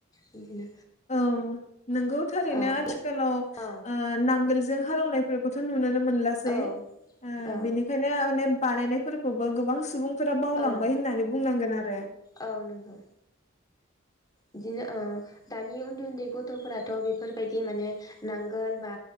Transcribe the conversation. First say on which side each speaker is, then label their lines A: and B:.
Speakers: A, on the left; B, on the left.
A: बिदिनो
B: औ नोंगौ थारैनो
A: औ
B: आथिखालाव
A: औ
B: ओ नांगोलजों हालौनाय फोरखौ थ नुनो नुनो मोनलासै
A: औ
B: ओ
A: औ
B: बेनिखायनो माने बानायनायफोरखौबो गोबां सुबुं फोरा बावलांबाय
A: औ
B: होननानै बुंनांगोन आरो
A: औ नंगौ बिदिनो ओ दानि उन्दै उन्दै गथ'फोराथ' बेफोर बायदि माने नांगोल बा